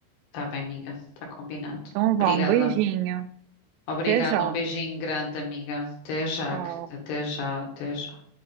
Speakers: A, on the left; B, on the right.
A: Tá bem, amiga. Tá combinado.
B: Então
A: Obrigada.
B: vá, um beijinho.
A: Obrigada.
B: Até já.
A: Um beijinho grande, amiga. Até já,
B: Tchau.
A: querida. Até já, até já.